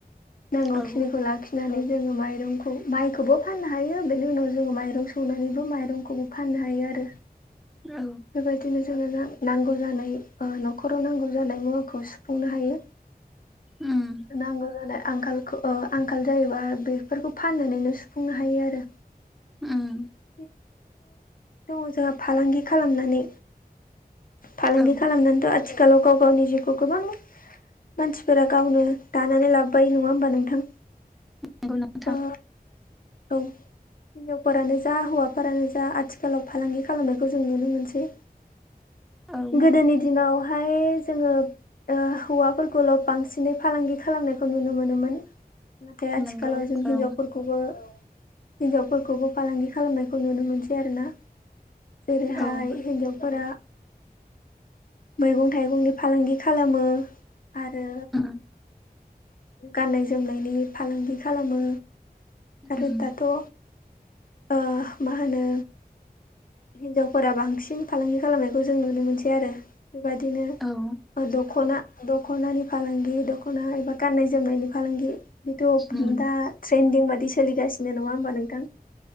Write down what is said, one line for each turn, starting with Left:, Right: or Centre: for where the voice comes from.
Left: नांगौखिनिखौ
Centre: औ
Left: लाखि नानै जोङो माइरंखौ माइखौबो फाननो हायो बेनि उनाव जोङो माइरं सौनानैबो माइरंखौ फाननो हायो आरो।
Centre: औ
Left: बेबायदिनो जोङो नांगौ जानाय ओ न'खराव नांगौ जानाय मुवाखौ सुफुंनो हायो।
Centre: <inaudible> उम
Left: नांगौ जानाय आंखाल ओ आंखाल जायोबा बेफोरखौ फाननानैनो सुफुंनो हायो आरो।
Centre: उम
Left: बेनि दङ जोंहा फालांगि खालामनानै फालांगि
Centre: औ
Left: खालामनानैथ' आथिखखाालाव गाव गावनि जिउखौ गोबां मानसिफोरा गावनो दानानै लाबोबाय नङा होमबा नोंथां?
Centre: नंगौ नोंथां
Left: ओ औ हिजावफोरानो जा हौवाफोरानो जा आथिखालाव फालांगि खालामनायखौ जों नुनो मोनसै।
Centre: औ
Left: गोदोनि दिनावहाय जोङो ओ हौवाफोरखौल' बांसिनै फालांगि खालामनायखौ नुनो मोनोमोन नाथाय आथिखालाव
Centre: नंगौ
Left: जों हिनजावफोरखौबो
Centre: औ
Left: हिनजावफोरखौबो फालांगि खालामनायखौ नुनो मोनसै आरोना। जेरैहाय
Centre: औ उम
Left: हिन्जावफोरा मैगं थाइगंनि फालांगि खालामो आरो
Centre: उम।
Left: गाननाय जोमनायनि फालांगि खालामो। आरो
Centre: उम
Left: दाथ' ओ मा होनो हिनजावफोरा बांसिन फालांगि खालामनायखौ जों नुनो मोनसै आरो बेबायदिनो
Centre: औ
Left: दख'ना दख'नानि फालांगि द दख'ना एबा गाननाय जोमनायनि फालांगि बेथ'
Centre: उम
Left: दा ट्रेन्दिं बायदि सलिगासिनो नङा होमबा नोंथां?